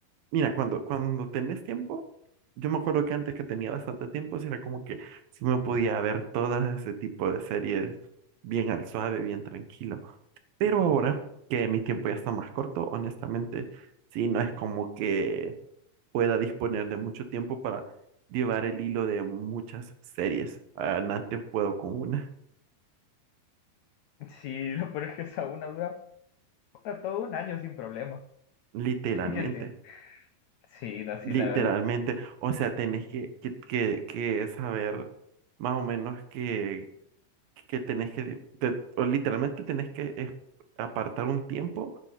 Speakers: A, on the right; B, on the left.
A: Mira, cuando, cuando tenés tiempo, yo me acuerdo que antes que tenía bastante tiempo, sí era como que sí me podía ver todas ese tipo de series bien al suave, bien tranquilo. Pero ahora
B: Eh,
A: que mi tiempo ya está más corto, honestamente, sí, no es como que pueda disponer de mucho tiempo para llevar el hilo de muchas series. Ah, Antes puedo con una,
B: Sí, lo peor es que esa es una duda No, todo un año sin problemas.
A: literalmente,
B: <laughs> Aquel tiempo. Sí, no, sí,
A: literalmente.
B: la verdad. <laughs>
A: O sea, tenés que, que, que, que saber más o menos qué que tenés que, te- o literalmente tenés que es- apartar un tiempo